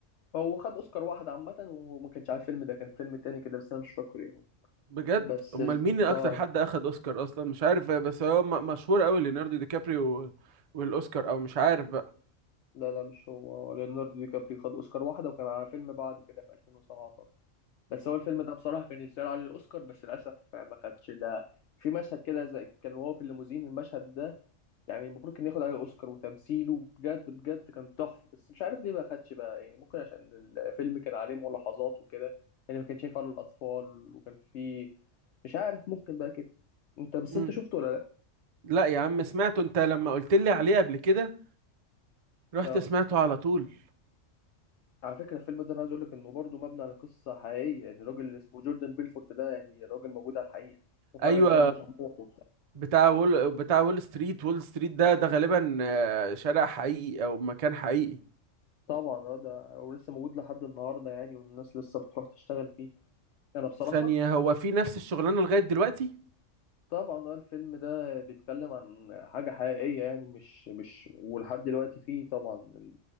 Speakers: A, on the left (about 70°); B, on the right (about 75°).
A: هو خد اوسكار واحد عامه وما كانش على الفيلم ده كان فيلم تاني كده بس انا مش فاكر ايه هو
B: بجد
A: بس
B: امال
A: ال-
B: مين اكتر
A: اه
B: حد اخد اوسكار اصلا مش عارف بس هو م- مشهور قوي ليوناردو دي كابريو وال- والاوسكار او مش عارف بقى
A: لا لا مش هو هو ليوناردو دي كابريو خد اوسكار واحده وكان على فيلم بعده كده في 2017 بس هو الفيلم ده بصراحه كان يستاهل عليه الاوسكار بس للاسف ما خدش ده في مشهد كده زي كان وهو في الليموزين المشهد ده يعني المفروض كان ياخد عليه اوسكار وتمثيله بجد بجد كان تحفه بس مش عارف ليه ما خدش بقى يعني ممكن عشان الفيلم كان عليه ملاحظات وكده يعني ما كانش ينفع للاطفال وكان فيه مش عارف ممكن بقى كده انت بس
B: مم.
A: انت شفته ولا لا
B: لا يا عم سمعته انت لما قلت لي عليه قبل كده رحت
A: اه
B: سمعته على طول
A: على فكرة الفيلم ده أنا عايز أقول لك إنه برضه مبني على قصة حقيقية يعني الراجل اللي اسمه جوردن بيلفورت ده يعني راجل موجود على الحقيقة وفعلا
B: ايوه
A: شاب طموح وبتاع
B: بتاع وول بتاع وول ستريت وول ستريت ده ده غالبا آه، شارع حقيقي او مكان حقيقي
A: طبعا اه ده ولسه موجود لحد النهارده يعني والناس لسه بتروح تشتغل فيه انا بصراحه
B: ثانية هو في نفس الشغلانة لغاية دلوقتي؟
A: طبعا اه الفيلم ده بيتكلم عن حاجه حقيقيه يعني مش مش ولحد دلوقتي فيه طبعا ال-